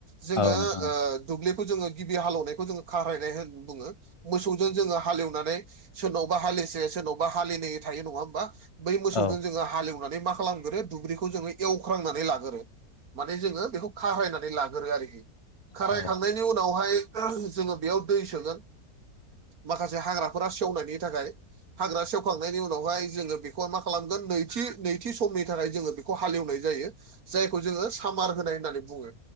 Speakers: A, on the right (about 70°); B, on the left (about 30°).
A: जोङो
B: औ नोंथां औ
A: ओ दुब्लिखौ जोङो गिबि हालेवनायखौ जोङो खारायनाय होन बुङो मोसौजों जोङो हालेवनानै सोरनावबा हालिसे सोरनावबा हालिनै थायो नङा होमबा बै मोसौजों
B: औ
A: जोङो हालैवो नानै मा खालामगोरो दुब्रिखौ जोङो एवख्रांनानै लागोरो माने जोङो बेखौ खाहरायनानै लाग्रोयो आरोखि खारायखांनायनि
B: औ
A: उनावहाय जोङो बेयाव दै सोगोन माखासे हाग्रा फोरा सेवनायनि थाखाय हाग्रा सेवखांनायनि उनावहाय जोङो बेखौ मा खालामगोन नैथि नैथि समनि थाखाय जोङो बेखौ खौ हालेवनाय जायो जायखौ जोङो सामार होनाय होननानै बुङो